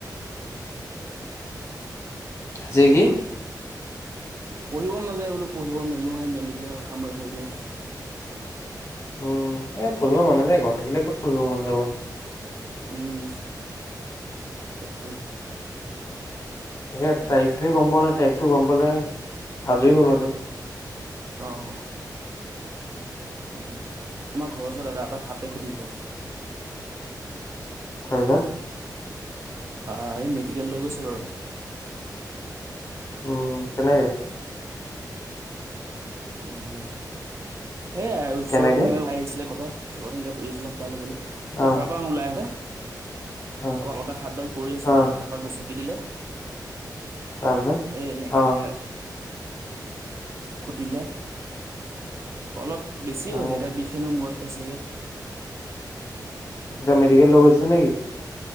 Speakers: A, on the left (about 40°); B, on the right (about 40°).
A: আজি
B: হৈ
A: কি
B: গ'ল। পঢ়িব মন নাযায় বোলো পঢ়িব মেলোহে মেলি পিনে সামৰি থৈ দিওঁ।
A: উম এ পঢ়িব মন নাযায় ঘৰত থাকিলে ক'ত পঢ়িব মন যাব।
B: উম সেইটোৱে।
A: এ
B: সেয়া
A: তাৰিখটোৱে গম পোৱা নাই তাৰিখটো গম পালে আজৰি হ'লোহেতেন।
B: অঁ। উম আমাৰ ঘৰৰ ওচৰত দাদা এটা সাপে খুতিলে।
A: তাৰ পিছত।
B: অ এই মেডিকেল লৈ গৈছে বাৰু।
A: উম তেনেকে।
B: উ সেয়াই ওচৰত
A: কেনেকে
B: এনে ওলায় আহিছিলে ঘৰপা তলত এনেকে পৰি আছিলে সাপডাল হ'বলা।
A: অ',
B: ঘৰৰ পৰা ওলাই আহোতে।
A: অ',
B: ত আগতে সাপডাল পৰি আছিলে
A: অ',
B: বোলে তাৰ পৰা গুচকি দিলে।
A: তাৰপিছত
B: এ এনেকে
A: অ',
B: হে। খুটিলে অলপ বেছিয়ে
A: অ',
B: হৈছে এতিয়া বিষখেনো মূৰত। <unintelligible> পায়সেগে। <unintelligible>
A: এটা মেডিকেল লগ গৈছে নেকি। <unintelligible>